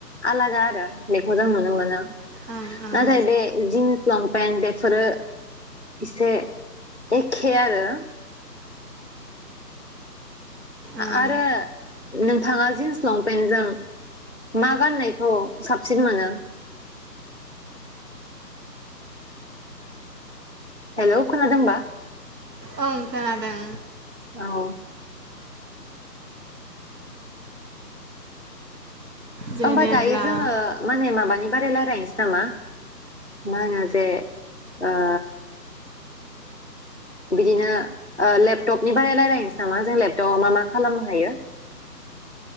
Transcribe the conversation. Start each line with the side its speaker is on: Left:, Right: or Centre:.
Left: आलादा आरो बेखौ जों नुनो मोनो।
Right: ओं ओं
Left: नाथाय बे जिन्स लंपेन्ट बेफोरो एसे एखे आरो
Right: ओं
Left: आरो नोंथाङा जिन्स लंपेन्टजों मा गाननायखौ साबसिन मोनो। हेलौ खोनादोंबा?
Right: औ खोनादों
Left: औ
Right: जेनेब्ला
Left: होमबा दायो जोङो माने माबा नि बारै रायलायनोसै नामा मा होनो जे ओ बिदिनो ओ लेपटपनि बारै रायजलायनोसै नामा जों लेपटपाव मा मा खालामनो हायो।